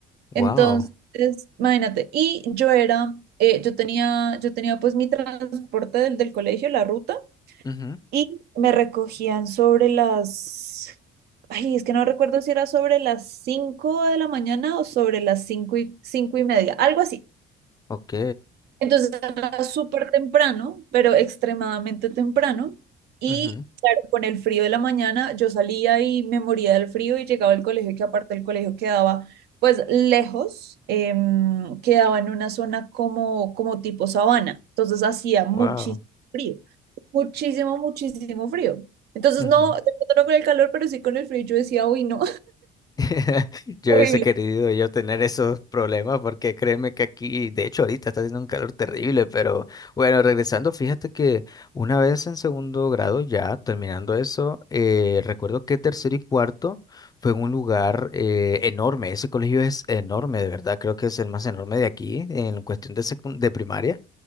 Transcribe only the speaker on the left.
Wow.
Ujú,
Ok.
ujú,
Wow.
ujú.
<laughs> Yo
hubiese querido yo tener esos problemas porque créeme que aquí, de hecho ahorita está haciendo un calor terrible, pero bueno, regresando, fíjate que una vez en segundo grado, ya terminando eso, eh, recuerdo que tercero y cuarto fue en un lugar eh, enorme, ese colegio es enorme, de verdad, creo que es el más enorme de aquí en cuestión de, secun- de primaria.